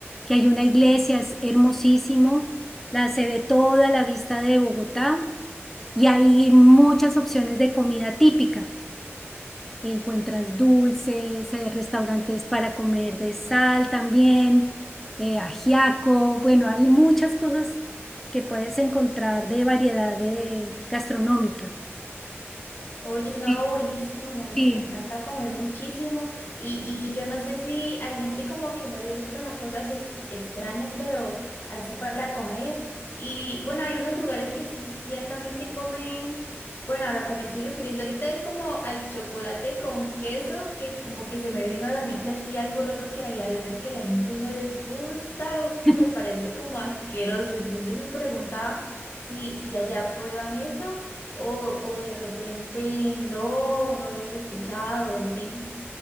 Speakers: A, in the centre; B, on the left.
A: que hay una iglesia, es hermosísimo, la se ve toda la vista de Bogotá y hay muchas opciones de comida típica. Encuentras dulces, eh, restaurantes para comer de sal también, eh, ajiaco, bueno, hay muchas cosas que puedes encontrar de variedad de gastronómica.
B: Oye, no,
A: Sí,
B: buenísimo, y a mí
A: sí.
B: que me encanta comer muchísimo, y, y yo no sé si hay gente como que no le gustan las cosas ex- extrañas, pero así para comer, y bueno, hay unos lugares que sí ciertamente comen, bueno, a lo que me estoy refiriendo ahorita es como al chocolate con queso, que como que se me vino a la mente así algo raro que hay a veces que la gente no le gusta o que
A: <laughs>
B: le parece como asqueroso, entonces me preguntaba si, si allá prueban eso o, o de repente no, no habías escuchado, o sí,